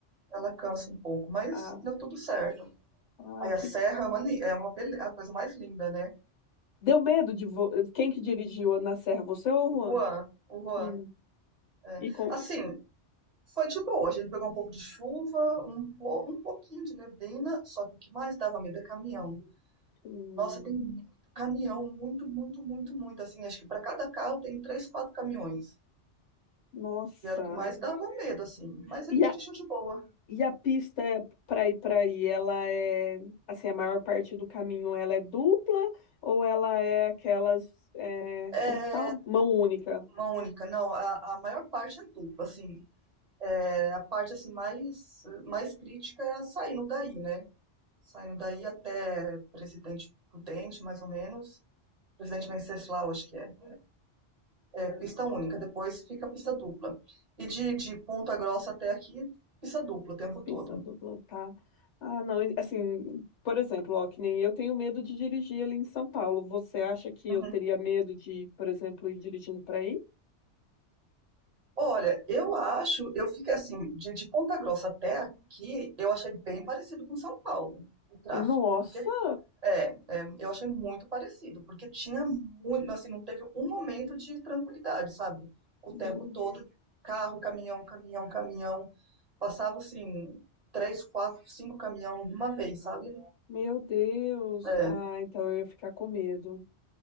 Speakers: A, on the right; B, on the left.
A: ela cansa um pouco, mas
B: Ah,
A: deu tudo certo.
B: ah,
A: Aí a
B: que.
A: serra é uma, ni- é uma bele- a coisa mais linda, né?
B: Deu medo de. vo- Quem que dirigiu na Serra? Você ou
A: O
B: o Juan?
A: Juan, o Juan.
B: Hum.
A: é.
B: E com.
A: Assim, foi de boa. A gente pegou um pouco de chuva, um, po- um pouquinho de neblina, só que o que mais dava medo é caminhão.
B: Hum.
A: Nossa, tem muito caminhão, muito, muito, muito, muito. Assim, acho que para cada carro tem três, quatro caminhões.
B: Nossa.
A: E era o que mais dava medo, assim. Mas
B: E
A: ele dirigiu de boa.
B: E a pista para ir para aí, ela é assim, a maior parte do caminho ela é dupla ou ela é aquelas, é,
A: É
B: como que fala? Mão única.
A: uma única, não. A, a maior parte é dupla, assim. É, a parte assim mais mais crítica é a saindo daí, né? Saindo daí até Presidente Prudente, mais ou menos. Presidente Venceslau, acho que é. É pista única, depois fica pista dupla. E de, de Ponta Grossa até aqui, pista dupla o tempo todo.
B: Pista dupla, tá? Ah, não, e, assim, por exemplo, ó, que nem eu tenho medo de dirigir ali em São Paulo. Você acha que
A: Uhum.
B: eu teria medo de, por exemplo, ir dirigindo para aí?
A: Olha, eu acho, eu fico assim, de, de Ponta Grossa até aqui, eu achei bem parecido com São Paulo, o tráfego.
B: Nossa,
A: Porque é, é, eu achei muito parecido, porque tinha muito, assim, não teve um momento de tranquilidade, sabe? O
B: meu,
A: tempo todo, carro, caminhão, caminhão, caminhão. Passava assim, três, quatro, cinco caminhão de uma vez, sabe?
B: meu Deus.
A: É,
B: Ah, então eu ia ficar com medo.